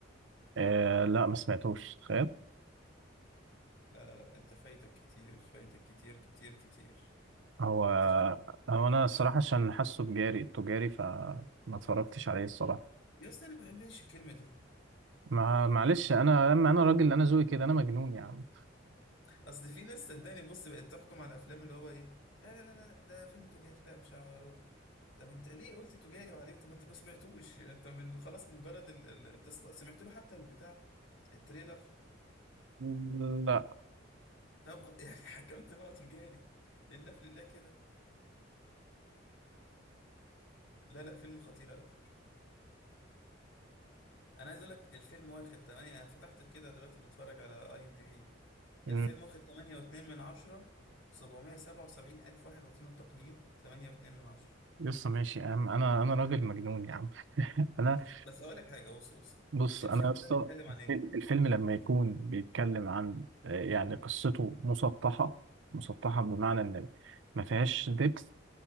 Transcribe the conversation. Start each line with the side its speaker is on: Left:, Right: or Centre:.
Right: آه لا ما سمعتوش تخيل
Left: لا لا لا أنت فايتك كتير فايتك كتير كتير كتير
Right: هو
Left: أنت شكلك
Right: هو انا الصراحه
Left: مش
Right: عشان حاسه تجاري تجاري فما اتفرجتش عليه الصراحه
Left: يا اسطى أنا ما بحبش الكلمة دي
Right: ما معلش انا اما انا راجل انا ذوقي كده انا مجنون يا عم
Left: اصل في ناس صدقني بص بقت تحكم على الافلام اللي هو ايه لا لا لا لا ده فيلم تجاري لا مش هروح طب انت ليه قلت تجاري وعليه طب ما انت ما سمعتوش انت من خلاص مجرد ال... ال... انت سمعت له حتى البتاع التريلر
Right: لا
Left: طب <laughs> يعني حكمت ان هو تجاري لله في لله كده لا لا فيلم خطير على فكره انا عايز اقول لك الفيلم واخد 8 انا فتحت كده دلوقتي بتفرج على اي ام دي بي
Right: مم.
Left: الفيلم واخد 8.2 من 10 777 الف واحد عاطينه التقييم 8.2 من 10
Right: يسطا ماشي يا عم انا انا راجل مجنون يا عم <laughs> انا
Left: بس هقول لك حاجه بص بص
Right: بص
Left: الفيلم
Right: انا يسطا
Left: ده بيتكلم عن
Right: الفيلم
Left: ايه
Right: الفيلم لما يكون بيتكلم عن آه، يعني قصته مسطحه مسطحه بمعنى ان ما فيهاش ديبث